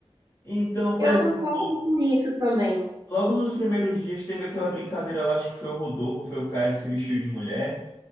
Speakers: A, on the left (about 30°); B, on the right (about 40°).
A: Então, por
B: Eu
A: exemplo,
B: concordo com isso também,
A: logo nos primeiros dias teve aquela brincadeira lá, acho que foi o Rodolfo, foi o Caio que se vestiu de mulher.